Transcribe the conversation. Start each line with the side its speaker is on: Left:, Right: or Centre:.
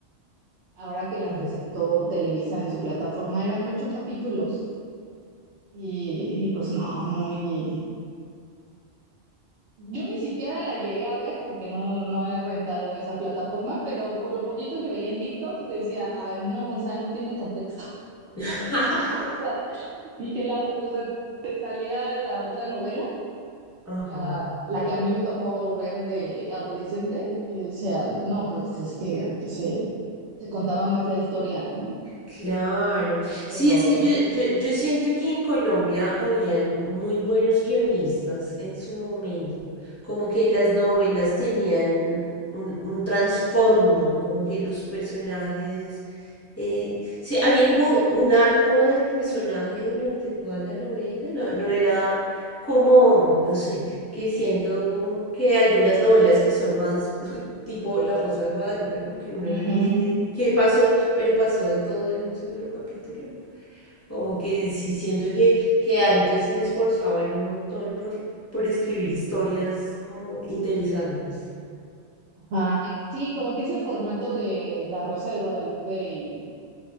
Right: Ahora que la
Left: Mm.
Right: presentó Televisa en su plataforma, eran ocho capítulos y, y pues no, muy, Yo ni siquiera la llegué a ver porque no, no he rentado esa plataforma, pero por lo poquito que veía en TikTok decía, ay, no, o sea, no tiene contexto. <laughs>
Left: <laughs>
Right: No, o sea, dije, la, ot- o sea, te salía la otra novela,
Left: Ajá.
Right: la, la que a mí me tocó ver de adolescente, y decía, no, pues es que aquí se, se contaba más la historia, ¿no?
Left: Claro.
Right: Pero,
Left: Sí, es que yo, yo, yo siento que en Colombia habían muy buenos guionistas en su momento, como que las novelas tenían un, un trasfondo, como que los personajes, eh, sí, había como un arco del personaje durante toda la novela, no, no era como, no sé, que siento que algunas novelas que son más tipo La Rosa de Guadalupe, como que uno
Right: ujú,
Left: no entiende qué pasó, pero pasó de todo en un solo capítulo. Como que sí, siento que, que antes se esforzaban un montón por, por escribir historias como interesantes.
Right: ajá. Sí, como que ese formato de La Rosa de Guadalupe y